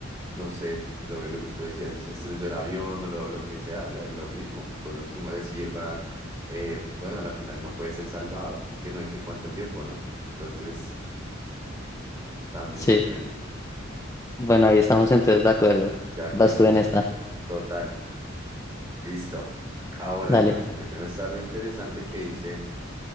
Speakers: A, on the right; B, on the left.
A: no sé, lo, lo que tú decías, si se estrelló el avión o lo, lo que sea, lo, lo mismo, cosas que uno le sirvan. Eh, bueno, a la final no puede ser salvado porque no dice cuánto tiempo, ¿no? Entonces, también
B: Sí.
A: depende.
B: Bueno, ahí estamos entonces de acuerdo.
A: De acuerdísimo.
B: Vas tú en esta.
A: Total. Listo. Ahora,
B: Dale.
A: entonces, ya tengo esta re interesante que dice.